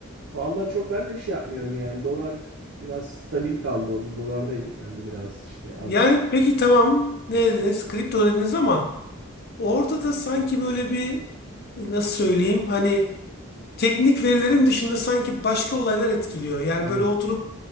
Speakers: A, on the right (about 85°); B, on the left (about 45°).
A: Vallahi çok ben de bir şey yapmıyorum yani. Dolar biraz stabil kaldı orada. Dolardayım. Ben de biraz işte az
B: Yani
A: buçuk.
B: peki tamam ne dediniz? Kripto dediniz ama orada da sanki böyle bir e, nasıl söyleyeyim hani teknik verilerin dışında sanki başka olaylar etkiliyor. Yani
A: Tabii.
B: böyle oturup